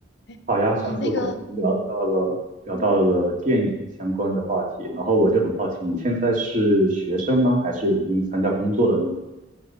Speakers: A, on the left (about 60°); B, on the right (about 40°).
A: 哎，
B: 好呀，上次我们聊到了聊到了电影相关的话题，
A: 你那个，
B: 然后我就很好奇，你现在是学生吗？还是已经参加工作了呢？